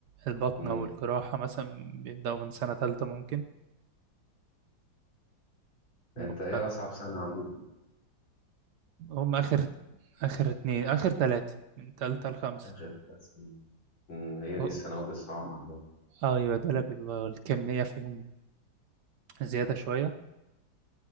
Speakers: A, on the right (about 70°); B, on the left (about 80°).
A: البطنة
B: مم.
A: والجراحة مثلا بيبدأوا من سنة تالتة ممكن بفضل-
B: انت ايه اصعب سنة عندكم
A: هم آخر آخر اتنين آخر تلاتة من تالتة لخمسة
B: اخر سنة أمم، هي دي
A: اه-
B: السنوات الصعبة عندنا
A: أيوة دول بيبقى الكمية فيهم زيادة شوية